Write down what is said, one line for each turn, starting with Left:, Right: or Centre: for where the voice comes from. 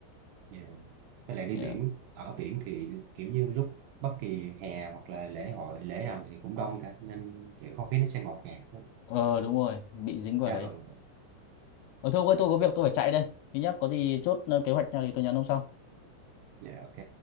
Right: Dạ. với lại đi
Left: yeah.
Right: biển ở biển thì kiểu như lúc bất kỳ hè hoặc là lễ hội lễ nào thì cũng đông cả nên kiểu không khí nó sẽ ngột ngạt hơn
Left: ờ đúng rồi bị dính vào
Right: đa
Left: đấy
Right: phần
Left: ờ thôi ông ơi tôi có việc tôi phải chạy đây thứ nhất có gì chốt ờ, kế hoạch nào thì tôi nhắn ông sau
Right: Dạ, ok